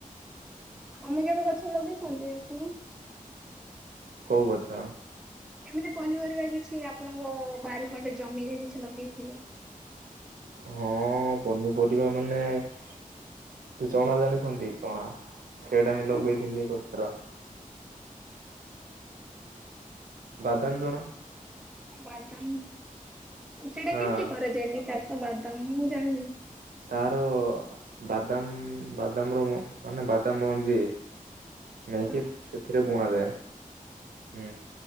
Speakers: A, in the centre; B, on the right (about 75°).
A: ତମେ କେବେ ଗଛ ଲଗେଇଛନ୍ତି ଆପଣ?
B: କୋଉ ଗଛ?
A: ଏମିତି ପନିପରିବା କିଛି, ଆପଣଙ୍କ ବାରିପଟେ ଜମିରେ କିଛି ଲଗେଇଥିବେ?
B: ହଁ, ପନିପରିବା ମାନେ ଯୋଉ ଚଣା ଜାଣିଛନ୍ତି, ଚଣା! ସେଟା ହିଁ
A: କୋଉ
B: ଲଗେଇଥିଲି। ଗୋଟେ ଥର। ବାଦାମ ଜଣା।
A: ବାଦାମ! ସେଇଟା
B: ହଁ
A: କେମତି କରାଯାଏ କି ଚାଷ? ବାଦାମ ମୁଁ ଜାଣିନି।
B: ତାର-ଅ ବାଦାମ-ଅ ବାଦାମର ମାନେ ବାଦାମ ମଞ୍ଜି ନେଇକି,
A: ହଁ
B: ସେଥିରେ ବୁଣ ଯାଏ। ହୁଁ।